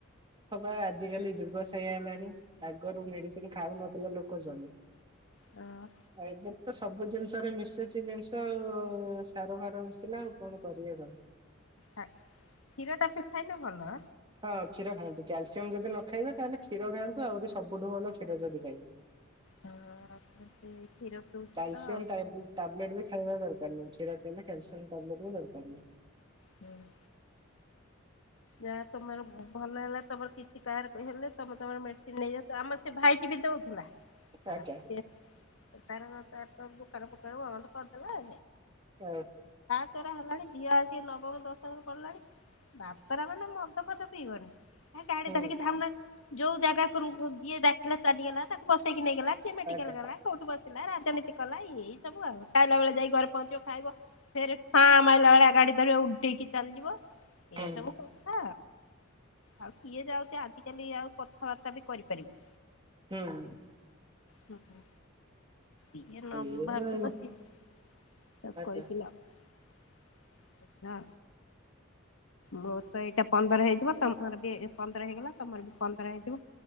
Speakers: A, on the right; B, on the left.
A: ହଁ ବା ଆଜ କାଲି ଯୁଗ ସେଇଆ ହେଲାଣି ଆଗରୁ ମେଡିସିନି ଖାଉନଥିଲେ ଲୋକ ଜଣେ
B: ହଁ
A: ଏବେ ତ ସବୁ ଜିନିଷରେ ମିଶୁଛି ଜିନିଷ ଆଉ ସାର ଫାର ମିଶିଲା ଆଉ କଣ କରିିବା ର।
B: କ୍ଷୀର ଟାପି ଖାଇଲେ ଭଲ।
A: ହଁ କ୍ଷୀର ଖାଆନ୍ତୁ କ୍ୟାଲସିୟମ ଯଦି ନ ଖାଇବେ ତାହେଲେ କ୍ଷୀର ଖାଆନ୍ତୁ ଆହୁରି ସବୁଠୁ ଭଲ କ୍ଷୀର ଯଦି ଖାଇବେ।
B: ହଁ ସେ କ୍ଷୀର ପିଉଛୁ
A: କ୍ୟାଲସିୟମ
B: ତ ଆଉ।
A: ଟାବଲେଟ ବି ଖାଇବା ଦରକାର ନାହିଁ। ଛାଡିବାକୁ ହେଲେ କ୍ୟାଲସିୟମ ଟାବଲଟେ ବି ଦରକାର ନାହିଁ।
B: ହୁଁ <inaudible> ଯାହା ତମର ଭଲ ହେଲା ତମର କିଛି କାହାର ହେଲେ ତମେ ତମର ମେସିନ ନେଇଯାଉଚ ଆମର ସେ ଭାଇଟି ଦଉଥିଲା
A: ଆଜ୍ଞା
B: ସେ ଦୋକାନ ଫୋକାନ ବନ୍ଧ କରଦେବା
A: ହୁଁ,
B: ହେଲାଣି ଝିଅ ଆସି ନବମ ଦଶମ ପଡିଲାଣି ବାତରା ମାନେ ମଦ ଫଦ ପିଇବନି ଗାଡି
A: ହୁଁ
B: ଧରିକି ଧଉନା ଯୋଉ ଜାଗା ଯିଏ ଡାକିଲା ଚାଲିଗଲା ତାକୁ ବସେଇକି ନେଇଗଲା କିିଏ ମେଡିକାଲ
A: ଆଜ୍ଞା
B: ଗଲା କଉଠୁ ବସ ରାଜନୀତି କଲା ଏଇ ସବୁ ଆଉ ଖାଇଲା ବେଳେ ଯାଇ ଘରେ ପହଞ୍ଚିବ ଖାଇବ ଫେରେ ଫାଁ ମାଇଲା ଭଳିଆ ଗା କେତେଳେ ଉଠେଇକି ଚାଲିଯିବ
A: ହୁଁ
B: ଏଇ ସବୁ। ଆ ଆଉ କିଏ ଯାଉଛି ଆଜିକାଲି ଆଉ କଥାବାର୍ତ୍ତା ବି କରିପାରିବୁ।
A: ହୁଁ
B: ହୁଁ ଏ ନ
A: ଏଇଆ
B: ବାଛି
A: ଆଉ।
B: <inaudible> ତ
A: ଆଜ୍ଞା।
B: କହିଥି ଲଥିଲା ବହୁତ? ଏଇଟା ପନ୍ଦର ହେଇଯିବ ତମର ବି ପନ୍ଦର ହେଇଗଲା ତମର ବି ପନ୍ଦର ହେଇଯିବ